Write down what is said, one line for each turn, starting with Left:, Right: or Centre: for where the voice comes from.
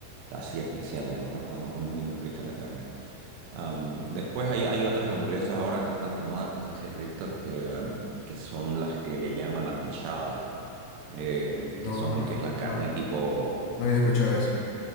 Right: la hacía especial, digamos, ¿no? Era muy, muy, muy rica la carne. Am, después hay, hay otras hamburguesas ahora que están de moda, no sé si has visto, que, am, que son las que le llaman las machadas, eh,
Left: no,
Right: que son,
Left: no,
Right: que es la carne
Left: no,
Right: tipo...
Left: no había escuchado eso.